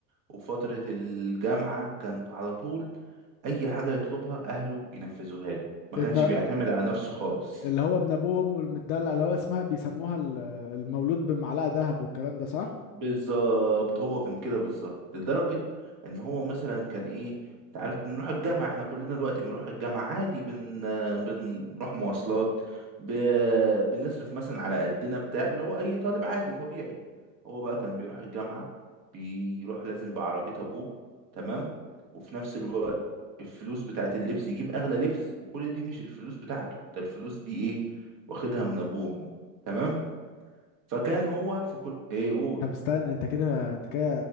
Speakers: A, on the right; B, on the left.
A: وفتره الجامعه كان على طول اي حاجه يطلبها اهله ينفذوها له ما
B: ابن
A: كانش بيعتمد على نفسه خالص
B: اللي هو ابن ابوه وامه المدلع اللي هو اسمها بيسموها ال- المولود بمعلقه ذهب والكلام ده صح
A: بالظبط هو كان كده بالظبط لدرجة ان هو مثلا كان ايه انت عارف بنروح الجامعة احنا كلنا دلوقتي بنروح الجامعة عادي بن... بنروح مواصلات ب... بنصرف مثلا على قدنا بتاع اللي هو اي طالب عادي طبيعي هو بقى كان بيروح الجامعة بيروح لازم بعربية ابوه تمام وفي نفس الوقت الفلوس بتاعت اللبس يجيب اغلى لبس وكل دي مش الفلوس بتاعته ده الفلوس دي ايه واخدها من ابوه وامه تمام فكان
B: أ-
A: هو في كل ايه قول
B: طب استنى انت كده انت كده